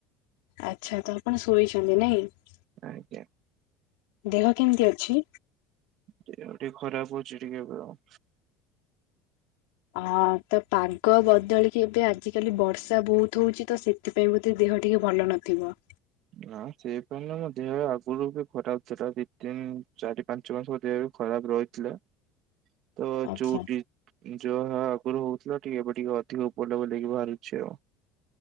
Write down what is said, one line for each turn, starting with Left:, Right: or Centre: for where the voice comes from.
Left: ଆଚ୍ଛା, ତ ଆପଣ ଶୋଇଛନ୍ତି ନାଇଁ କି?
Right: ଆଜ୍ଞା।
Left: ଦେହ କେମିତି ଅଛି?
Right: ଦେହ ଟିକେ ଖରାପ ଅଛି ଟିକେ ଏବେ ଆଉ।
Left: ହଁ, ତ ପାଗ ବଦଳିକି ଏବେ ଆଜିିକାଲି ବର୍ଷା ବହୁତ ହଉଚି। ତ ସେ ସେଥିପାଇଁ ବୋଧେ ଦେହ ଟିକେ ଭଲ ନଥିବ।
Right: ନା ସେଇପାଇଁ ନୁହଁ, ମୋ ଦେହ ଆଗରୁ ବି ଖରାପ ଥିଲା। ଦି, ତିନି, ଚାରି ପାଞ୍ଚ ମାସ ପରିକା ବି ଖରାପ ରହିଥିଲା। ତ
Left: ଆଚ୍ଛା
Right: ଚୁ ଯାହା ଆଗରୁ ହଉଥିଲା, ଟିକେ ଏବେ ଟିକେ ଅଧିକ ବୁଲା ବୁଲି ହେଇକି ବାହାରୁଛି ଆଉ।